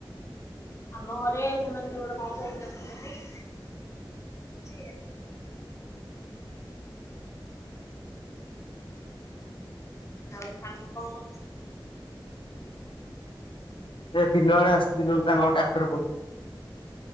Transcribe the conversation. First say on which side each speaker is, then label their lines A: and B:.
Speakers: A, on the left (about 35°); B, on the left (about 80°).
A: ଆମ ଘରେ ସେମାନେ ସେପଟେ କଣ ଫୋନ୍ ଦେଖୁଛନ୍ତି। ଯେ ଆଉ ସାଙ୍ଗ କଣ କରୁଚି?
B: ଏ ବିଲଆଡେ ଆସିଥିଲୁ ତାଙ୍କ ଟ୍ରାକ୍ଟର ପଡୁ